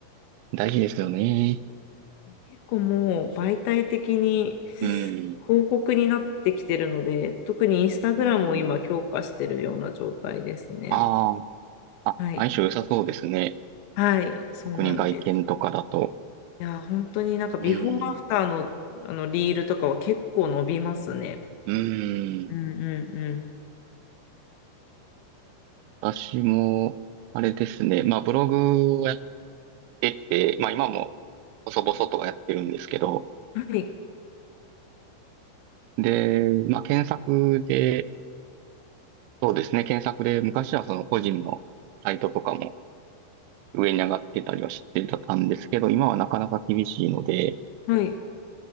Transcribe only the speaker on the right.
大事ですよね。
うん。
うん。ああ、
相性良さそうですね。
特に外見とかだと。
うん。
うん。
私も、あれですね。まあ、ブログをやってて、まあ、今も、細々とはやってるんですけど、
で、まあ、検索で、そうですね、検索で、昔はその個人のサイトとかも上に上がってたりはしてたんですけど、今はなかなか厳しいので、